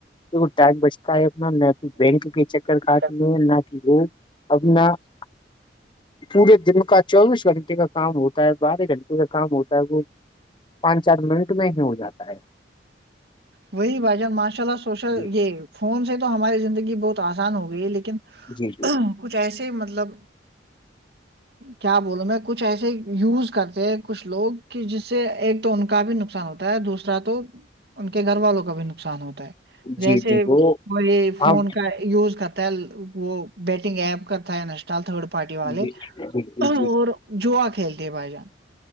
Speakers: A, on the left (about 25°); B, on the right (about 60°).
A: کی ٹائم ب اپنا نہ کہ بینک کے چکر
B: آسان
A: کاٹ ل نہ کہ وہ اپنا <unintelligible> پورے دن کا چوبیس گھنٹے کا کام ہوتا ہے بارہ گھنٹے کا کام ہوتا ہے وہ پانچ چار منٹ میں ہی ہو جاتا ہے
B: وہی بھائی جان ماشاء اللہ سوشل
A: جی
B: یہ فون سے تو ہماری زندگی بہت آسان ہو گئی لیکن
A: جی جی
B: کچھ ایسے مطلب کیا بولوں میں کچھ ایسے یوز کرتے ہیں کچھ لوگ کہ جس سے ایک تو ان کا بھی نقصان ہوتا ہے دوسرا تو کہ گھر والوں کا بھی نقصان ہوتا ہے جیسے
A: جی دیکھو
B: وہ یہ فون
A: آپ
B: کا یوز کرتا ہے وہ بیٹنگ ایپ کرتا ہے ن چال تھرڈ پارٹی والے
A: جی جی جی
B: اور
A: جی
B: جو کھیلتے ہیں بھائی جان